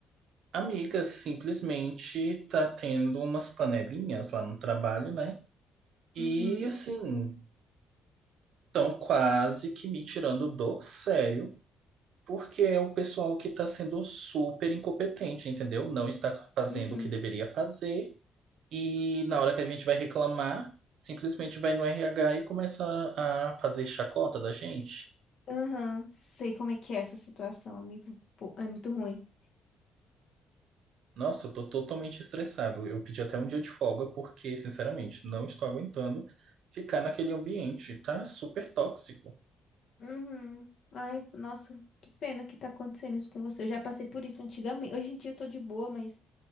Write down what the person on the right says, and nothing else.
Amiga, simplesmente tá tendo umas panelinhas lá no trabalho, né? E
assim, estão quase que me tirando do sério, porque é o pessoal que tá sendo super incompetente, entendeu? Não está fazendo
o que deveria fazer. E na hora que a gente vai reclamar, simplesmente vai no RH e começa a a fazer chacota da gente.
Nossa, eu tô totalmente estressado. Eu pedi até um dia de folga porque, sinceramente, não estou aguentando ficar naquele ambiente. Tá super tóxico.